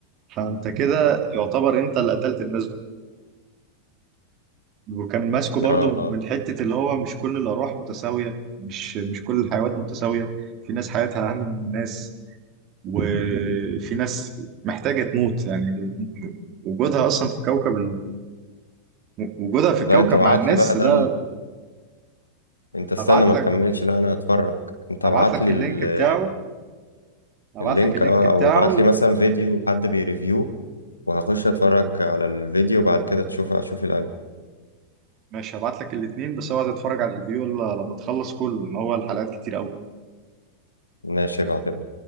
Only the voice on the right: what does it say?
فانت كده يعتبر انت اللي قتلت الناس دول وكان ماسكه برضو
من
حتة اللي هو مش كل الأرواح متساوية مش مش كل الحيوانات متساوية في ناس حياتها أهم من الناس وفي ناس محتاجة تموت يعني وجودها أصلا في كوكب ال... وجودها في الكوكب
مع الناس
ده
أبعت
لك
أبعت
لك
اللينك
بتاعه أبعت
لك اللينك
بتاعه
ماشي هبعت لك الاتنين بس اوعى تتفرج على الفيديو إلا لما تخلص كله إن هو الحلقات كتير أوي